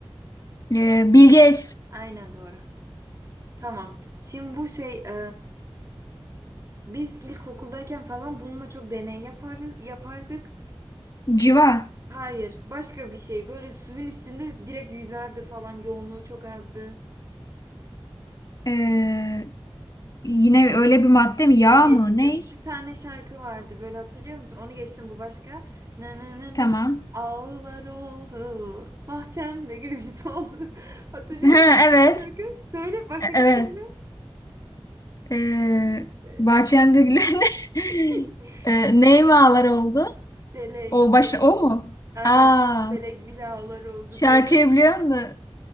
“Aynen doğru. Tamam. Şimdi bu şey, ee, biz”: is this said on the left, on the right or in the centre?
Right